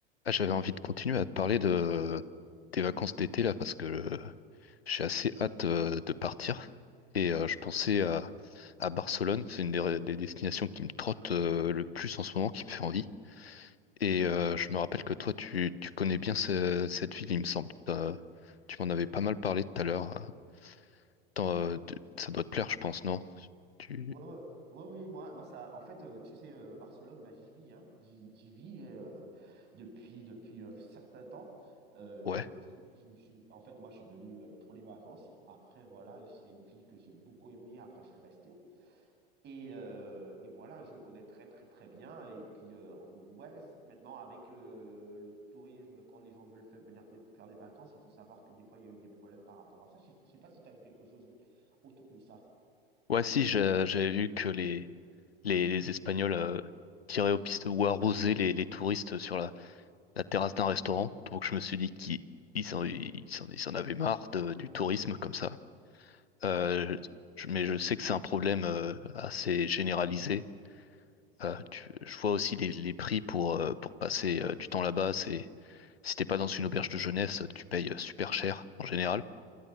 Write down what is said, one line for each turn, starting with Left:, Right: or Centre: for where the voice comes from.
Left: Ah, j'avais envie de continuer à te parler de tes vacances d'été là parce que euh, j'ai assez hâte euh, de partir et euh, je pensais à, à Barcelone, c'est une des, des destinations qui me trotte euh, le plus en ce moment, qui me fait envie. Et euh, je me rappelle que toi tu, tu connais bien ce- cette ville, il me semble. T'as- tu m'en avais pas mal parlé tout à l'heure. T'en- euh, tu- ça doit te plaire, je pense, non? Tu...
Right: Ouais, ouais. Ouais, oui, moi, moi ça, en fait, euh, tu sais, euh, Barcelone, bah, j'y vis, hein. j'y j'y vis euh, depuis, depuis un certain temps. Euh,
Left: Ouais.
Right: je- je- je- en fait, moi, je suis venu euh, pour les vacances. Après, voilà, c'est une ville que j'ai beaucoup aimée. Après, je suis resté. Et, euh, et voilà, je connais très, très, très bien. Et puis, euh, ouais, c'est- maintenant, avec le, le tourisme, quand les gens veulent fa- venir fa- faire des vacances, il faut savoir que des fois, il y a eu des problèmes par rapport à ça. Je ne sais pas si tu as vu quelque chose autour de ça.
Left: Ouais, si, j'a- j'avais vu que les, les, les Espagnols euh, tiraient aux pistes ou arrosaient les, les touristes sur la la terrasse d'un restaurant. Donc je me suis dit qu'ils ils en, ils s'en ils s'en avaient marre de- du tourisme comme ça. Euh, je- mais je sais que c'est un problème euh, assez généralisé. Euh, tu- je vois aussi les, les prix pour, euh, pour passer euh, du temps là-bas. C'est, si t'es pas dans une auberge de jeunesse, tu payes euh, super cher en général.